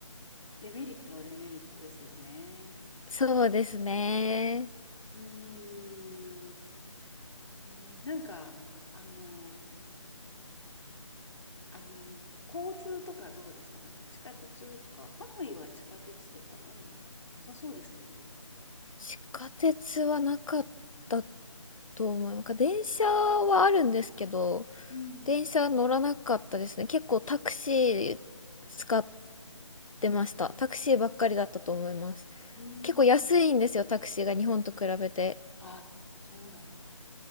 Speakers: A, on the left (about 60°); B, on the left (about 80°).
A: う、デメリットはデメリットですよね。
B: そうですね。
A: うーん。えーなんか、あの、あの、交通とかどうでしたなんか地下鉄とか、ハノイは地下鉄とかない、なさそうですけど。
B: 地下鉄はなかったと思う。なんか電車はあるんですけど、
A: うん。
B: 電車乗らなかったですね。結構タクシー使っ出ました。タクシーばっかりだったと思います。
A: うん。
B: 結構安いんですよ、タクシーが日本と比べて。
A: あ、そうなんだ。